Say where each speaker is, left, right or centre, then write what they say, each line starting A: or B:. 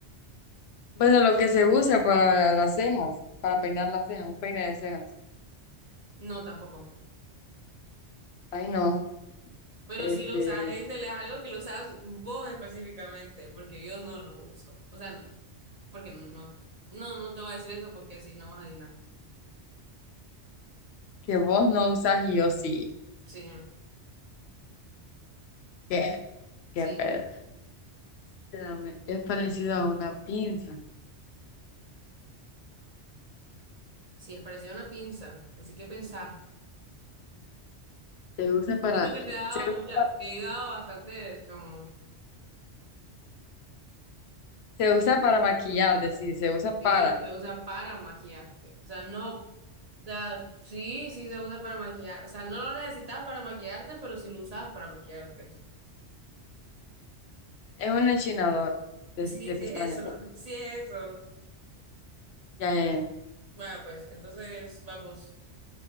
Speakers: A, on the left; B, on the right.
A: Bueno, lo que se usa para las cejas, para peinar las cejas, un peine de cejas.
B: No, tampoco.
A: Ay, no.
B: Pero
A: Este,
B: si lo usas, Hazel, es algo que lo usas vos específicamente, porque yo no lo uso. O sea, porque no, no, no te voy a decir eso porque si no vas a adivinar.
A: que vos no usas y yo sí.
B: Sí,
A: ¿Qué? ¿Qué
B: sí,
A: pedo? Espérame, es parecido a una pinza.
B: sí, es parecido a una pinza. Así que pensá.
A: Se usa para,
B: Siento que te he dado
A: se usa,
B: muchas, te he dado bastantes como,
A: se usa para maquillar, decir, se usa
B: sí,
A: para.
B: se usa para maquillarte. O sea, no O sea, sí, sí se usa para maquillar. O sea, no lo necesitas para maquillarte, pero sí lo usas para maquillarte.
A: Es un enchinador de,
B: Sí,
A: de
B: sí
A: pestañas.
B: es eso, <laughs> sí es eso.
A: Ya, ya, ya.
B: Bueno, pues entonces vamos.